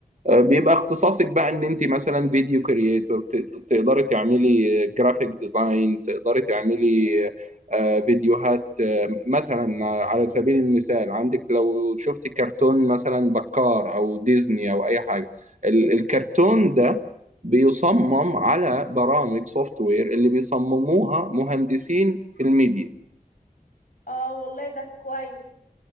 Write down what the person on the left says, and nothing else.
اه والله ده كويس